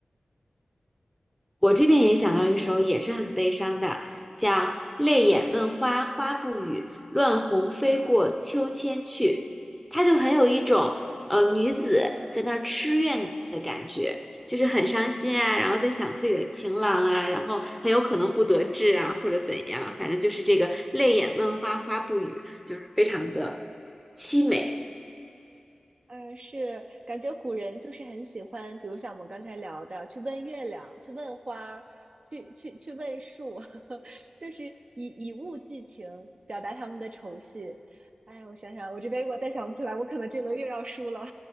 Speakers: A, in the centre; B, on the right (about 50°).
A: 我这边也想到一首也是很悲伤的，叫《泪眼问花花不语，乱红飞过秋千去》，它就很有一种呃女子在那儿痴怨的感觉，就是很伤心啊，然后在想自己的情郎啊，然后很有可能不得志啊，或者怎样，反正就是这个泪眼问花花不语，就是非常的凄美。
B: 呃，是感觉古人就是很喜欢，比如像我们刚才聊的，去问月亮，去问花儿去去去问树，<laughs> 就是以以物寄情，表达他们的愁绪。哎，我想想，我这边如果再想不起来，我可能这轮又要输了。<laughs>